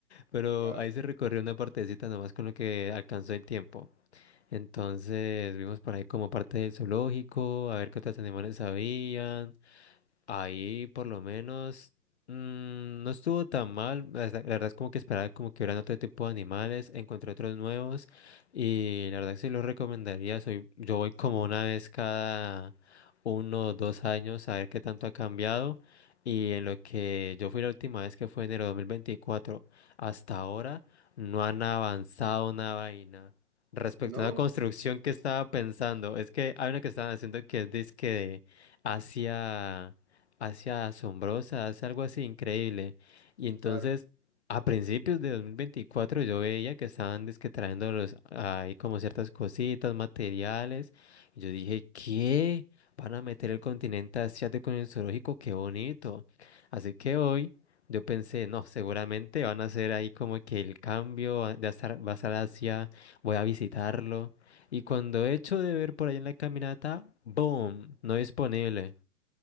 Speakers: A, on the left; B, on the right.
A: pero
B: Claro.
A: ahí se recorrió una partecita nomás con lo que alcanzó el tiempo. Entonces vimos por ahí como parte del zoológico, a ver qué otros animales había Ahí por lo menos mm, no estuvo tan mal. La verdad la verdad es como que esperaba como que hubieran otro tipo de animales. Encontré otros nuevos y la verdad sí los recomendaría. Soy, yo voy como una vez cada uno o dos años a ver qué tanto ha cambiado. Y en lo que yo fui la última vez que fue enero de 2024 hasta ahora no han avanzado una vaina. Respecto
B: No,
A: a una construcción que estaba pensando, es que hay una que estaban haciendo que es disque de Asia hacia asombrosa, hace algo así increíble. Y entonces,
B: claro.
A: a principios de 2024 yo veía que estaban dizque trayendo los, ahí como ciertas cositas, materiales. Y yo dije, ¿qué? Van a meter el continente asiático en el zoológico, qué bonito. Así que hoy yo pensé, no, seguramente van a hacer ahí como que el cambio va va a estar, va a estar Asia, voy a visitarlo. Y cuando he hecho de ver por ahí en la caminata, ¡boom! No disponible.